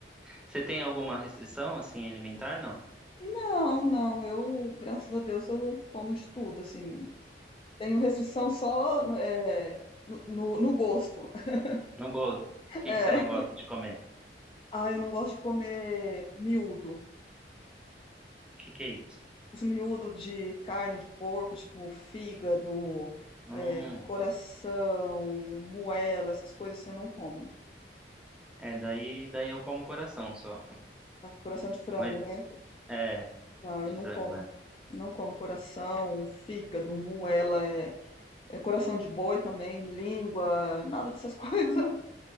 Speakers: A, in the centre; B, on the left.
A: Você tem alguma restrição, assim, alimentar? Não.
B: Não, não, eu, graças a Deus, eu como de tudo, assim. Tenho restrição só é, no, no, no gosto. <laughs>
A: Não gosto. O que
B: É.
A: que você não gosta de comer? O
B: Ah, eu não gosto de comer miúdo.
A: que que é isso?
B: os miúdos de carne de porco, tipo fígado,
A: Hum,
B: é, coração, moela, essas coisas assim eu não como.
A: é, daí, daí eu como coração só.
B: Coração de frango,
A: Mas,
B: né?
A: é,
B: Não, eu
A: de
B: não
A: frango,
B: como.
A: é.
B: não. como coração, fígado, moela, é, é coração de boi também, língua, nada dessas <laughs> coisas.